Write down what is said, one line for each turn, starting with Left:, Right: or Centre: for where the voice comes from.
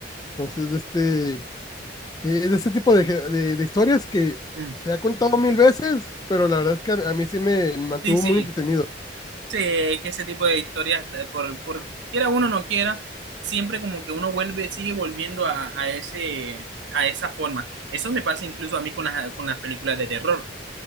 Left: Entonces, de este, eh, es de este tipo de, ge- de de historias que
Right: Mm.
Left: se ha contado mil veces, pero la verdad es que a a mí sí me mantuvo
Right: Sí, sí.
Left: muy entretenido.
Right: Sí, es que ese tipo de historias, eh, por, por quiera uno o no quiera, siempre como que uno vuelve, sigue volviendo a, a ese, a esa forma. Eso me pasa incluso a mí con las, con las películas de terror